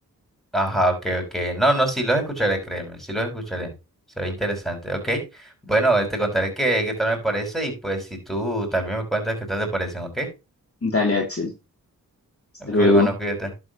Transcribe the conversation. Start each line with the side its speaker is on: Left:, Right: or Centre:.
Centre: Ajá, ok, ok. No, no, sí los escucharé, créeme, sí los escucharé. Se ve interesante, ok. Bueno, eh, te contaré qué, qué tal me parece y pues si tú también me cuentas qué tal te parecen, ok.
Left: Dale, Axel. Hasta
Centre: Ok,
Left: luego.
Centre: hermano, cuídate.